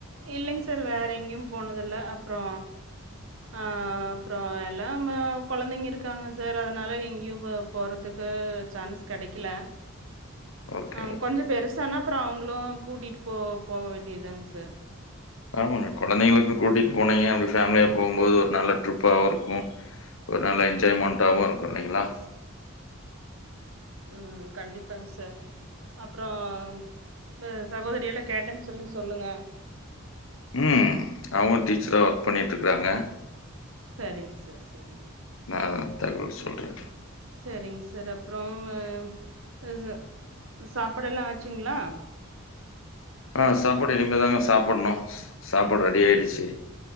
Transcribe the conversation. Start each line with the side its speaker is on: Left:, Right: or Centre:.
Right: இல்லங் சார் வேற எங்கியு போனதுல்ல அப்றோ அ அப்றோ எல்லாம கொழந்தைங்க இருக்காங்க சார் அதனால எங்கியு போ போறதுக்கு அ சான்ஸ் கெடைக்கில
Left: ஓகே,
Right: அ
Left: ஓகே,
Right: கொஞ்சோ
Left: ஓகே.
Right: பெருசானா அப்றோ அவுங்ளு கூட்டிட் போ போக வேண்டிய தாங்க சார்.
Left: ஆமாங் மேடம் கொழந்தைங்களுக்கு கூட்டிட் போனீங்க அப்டி ஃபேமிலியா போகு போது ஒரு நல்ல ட்ரிப்பாவு இருக்கு ஒரு நல்ல என்ஜாய்மெண்டாவு இருக்கு இல்லைங்ளா
Right: ம் கண்டிப்பாங் சார் அப்றோ உங்க சகோதரிகள கேட்டன் சொல்லி சொல்லுங்க.
Left: ம் அவுங்க டீச்சரா ஒர்க் பண்ணிட்ருக்றாங்க.
Right: சரிங்க சார் சரிங்
Left: நா தகவல் சொல்றே
Right: சரிங்க சார் அப்றோ வே அ ச சாப்பாடெல்லா ஆச்சுங்ளா
Left: ஆ சாப்பாடு இனிமே தாங்க சாப்புனு சாப்பாடு ரெடி ஆயிடுச்சி.